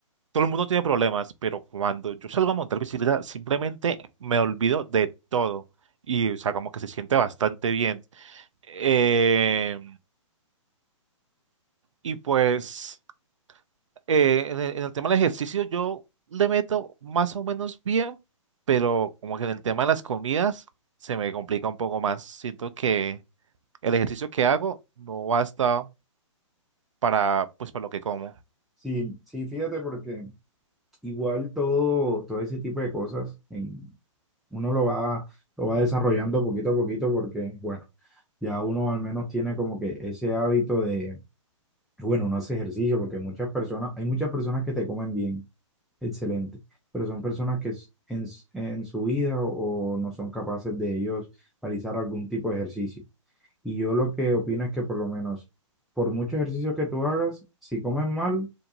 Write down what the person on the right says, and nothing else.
todo el mundo tiene problemas, pero cuando yo salgo a montar bicicleta, simplemente me olvido de todo. Y, o sea, como que se siente bastante bien. Eh, y pues, eh, en el, en el tema del ejercicio, yo le meto más o menos bien, pero como que en el tema de las comidas, se me complica un poco más. Siento que el ejercicio que hago no basta para, pues, para lo que como.